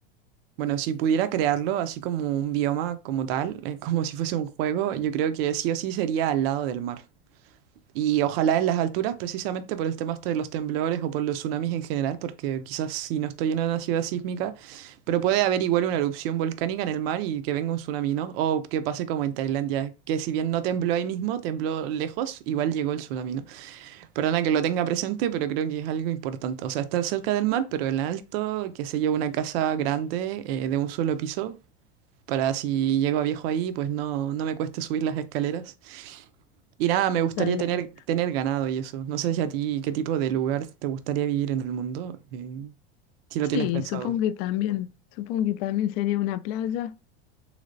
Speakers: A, on the right; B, on the left.
A: Bueno, si pudiera crearlo así como un bioma como tal, eh, <laughs> como si fuese un juego, yo creo que sí o sí sería al lado del mar. Y ojalá en las alturas, precisamente por el tema este de los temblores o por los tsunamis en general, porque quizás si no estoy en una ciudad sísmica, pero puede haber igual una erupción volcánica en el mar y que venga un tsunami, ¿no? O que pase como en Tailandia, que si bien no tembló ahí mismo, tembló lejos, igual llegó el tsunami, ¿no? Perdona que lo tenga presente, pero creo que es algo importante. O sea, estar cerca del mar, pero en alto, que se lleve una casa grande eh, de un solo piso, para si llego a viejo ahí, pues no, no me cueste subir las escaleras. Y nada, me gustaría
B: Está bien.
A: tener, tener ganado y eso. No sé si a ti qué tipo de lugar te gustaría vivir en el mundo, eh, si lo
B: Sí,
A: tienes pensado.
B: supongo que también, supongo que también sería una playa.